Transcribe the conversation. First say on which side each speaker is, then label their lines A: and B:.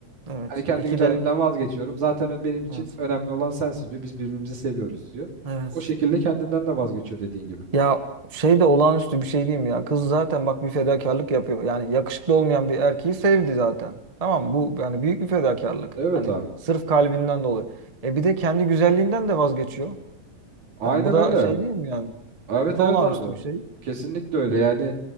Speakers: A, on the right; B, on the right.
A: Evet.
B: Hani kendi
A: İki
B: güzelliğimden
A: de
B: vazgeçiyorum. Zaten ö- benim için
A: evet.
B: önemli olan sensin diyor. Biz birbirimizi seviyoruz diyor.
A: Evet.
B: O şekilde kendinden de vazgeçiyor dediğin gibi.
A: Ya şey de olağanüstü bir şey diyeyim ya. Kız zaten bak bir fedakarlık yapıyor. Yani yakışıklı olmayan bir erkeği sevdi zaten. Tamam mı? bu yani büyük bir fedakarlık.
B: Evet
A: Hani
B: abi.
A: sırf kalbinden dolayı. E bir de kendi güzelliğinden de vazgeçiyor.
B: Aynen
A: Yani bu da
B: öyle.
A: şey değil mi yani?
B: Evet
A: Bu da
B: evet
A: olağanüstü
B: abi.
A: bir şey.
B: Kesinlikle öyle. Yani